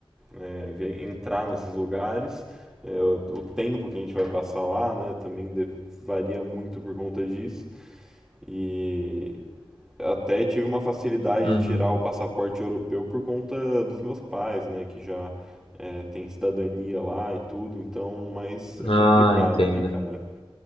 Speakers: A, in the centre; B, on the left.
A: é, ver- entrar nesses lugares. É, o, o tempo que a gente vai passar lá, né, também de- varia muito por conta disso. E até tive uma facilidade
B: uhum.
A: de tirar o passaporte europeu por conta dos meus pais, né, que já é, têm cidadania lá e tudo. Então, mas é
B: Ah,
A: complicado,
B: entendo.
A: né, cara?